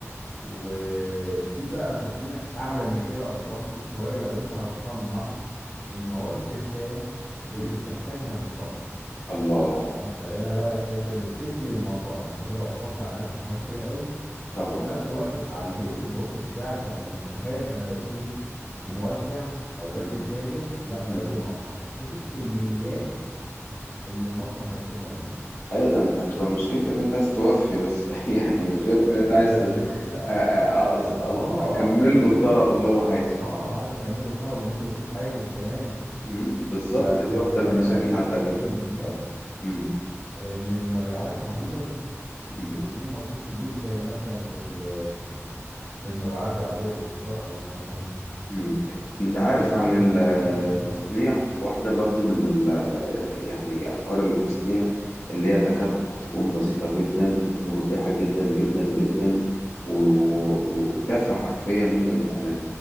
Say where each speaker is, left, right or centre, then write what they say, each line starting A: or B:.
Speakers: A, on the left; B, on the left.
A: وفي بقى تصنيع اعلى من كده ادفانسد شويه لو انت هتصنع المواد الخام
B: مم.
A: اللي بتحتاجها المصانع
B: الله
A: يعني انت هنا بقى انت اللي بتدي للمصانع انت كده وفرت على نفسك حاجات كتير قوي وفي
B: طبعا
A: نفس الوقت عليت البروفيت بتاعك لان م- تخيل انا بدي لموزع او بدي
B: مم.
A: لتاجر لا انا
B: مم.
A: بدي لمصنع شوف الكميات اللي المصنع هيطلبها منك
B: ايوه ده انت هتبقى مشكلتك انت عايز توفي بس <laughs> يعني مشكلتك
A: انت انت انت
B: انت عايز
A: فاهم
B: أ-
A: الفكره
B: أ-
A: ب- اه
B: أ- أ- اكمل
A: فمن
B: له الطلب
A: ناحيه
B: اللي
A: ال...
B: هو عايزه
A: اه عايز اكمله الطلب وممكن يكون حاجز كمان
B: مم. بالظبط
A: ف... فانت
B: دي واحده
A: ساعتها
B: من المشاكل
A: هتبقى
B: اللي هتقابلها
A: في كميات
B: مم.
A: آه، من المبيعات رهيبه جدا
B: مم.
A: وبدون مجهود كبير زي مثلا في ال... في المبيعات العاديه للتجار او الموزعين
B: مم. انت عارف
A: فدي فكره
B: عن ال-
A: من الافكار الجميله
B: التصنيع واحده برضو من ال يعني افكار التصنيع اللي هي تكاد تكون بسيطه جدا ومربحه جدا جدا جدا و- و- وتافهه حرفيا ممكن تعملها